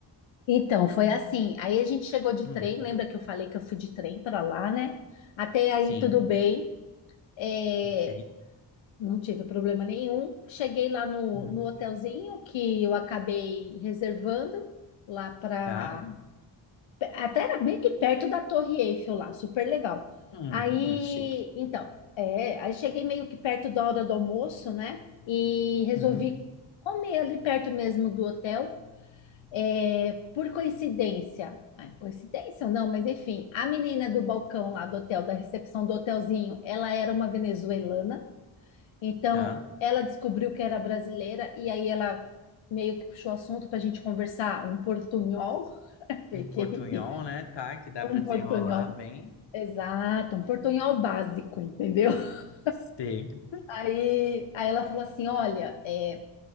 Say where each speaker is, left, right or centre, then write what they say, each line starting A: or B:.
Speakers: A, on the left (about 80°); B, on the left (about 60°).
A: Então, foi assim. Aí a gente chegou de
B: Hum.
A: trem, lembra que eu falei que eu fui de trem para lá, né? Até aí
B: Sim,
A: tudo bem, é,
B: ok.
A: não tive problema nenhum. Cheguei lá no,
B: Hum.
A: no hotelzinho que eu acabei reservando lá para
B: Tá.
A: Até era meio que perto da Torre Eiffel lá, super legal.
B: Hum,
A: Aí,
B: hum, chique.
A: então, é, aí cheguei meio que perto da hora do almoço, né? E resolvi
B: Hum.
A: comer ali perto mesmo do hotel. É, por coincidência, ah, coincidência ou não, mas enfim, a menina do balcão lá do hotel, da recepção do hotelzinho, ela era uma venezuelana, então
B: Tá.
A: ela descobriu que era brasileira e aí ela meio que puxou assunto para a gente conversar um portunhol, <laughs> porque,
B: Um portunhol,
A: enfim,
B: né? Tá, que dá
A: um
B: pra desenrolar
A: portunhol
B: bem.
A: Exato, um portunhol básico, entendeu? <laughs>
B: Sim.
A: Aí, aí ela falou assim: olha, é,